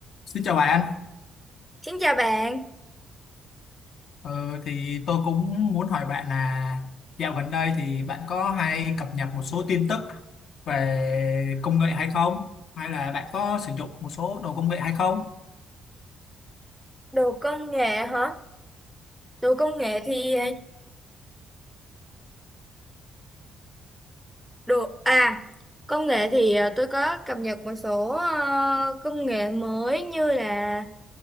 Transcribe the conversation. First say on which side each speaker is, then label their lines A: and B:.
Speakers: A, on the left; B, in the centre.
A: Xin chào bạn,
B: Xin chào bạn,
A: ờ, thì tôi cũng muốn hỏi bạn là dạo gần đây thì bạn có hay cập nhật một số tin tức về công nghệ hay không? Hay là bạn có sử dụng một số đồ công nghệ hay không?
B: đồ công nghệ hả? Đồ công nghệ thì ờ, đồ à công nghệ thì ờ, tôi có cập nhật một số ờ, công nghệ mới như là